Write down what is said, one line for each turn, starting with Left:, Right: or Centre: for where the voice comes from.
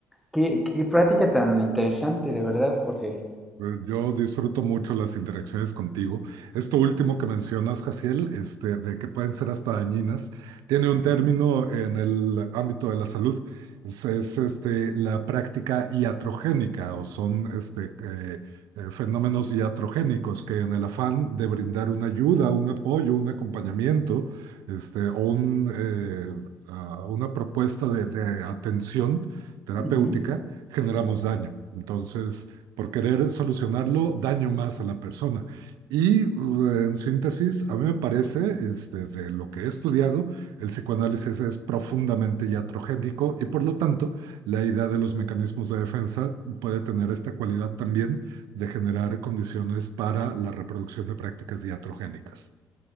Centre: qué, qué práctica tan interesante, de verdad, Jorge.
Right: Pues, Yo disfruto mucho las interacciones contigo. Esto último que mencionas, Jaciel, este, de que pueden ser hasta dañinas, tiene un
Centre: Ujú,
Right: término en el ámbito de la salud. Es, es, este, la práctica iatrogénica o son este, eh, eh, fenómenos iatrogénicos que en el afán de brindar una ayuda, un apoyo, un acompañamiento este, o un, eh, ah, una propuesta de de atención terapéutica,
Centre: ujú.
Right: generamos daño. Entonces por querer solucionarlo, daño más a la persona. Y uh, en síntesis, a mí me parece, este, de lo que he estudiado, el psicoanálisis es profundamente iatrogénico y por lo tanto la idea de los mecanismos de defensa puede tener esta cualidad también de generar condiciones para la reproducción de prácticas iatrogénicas.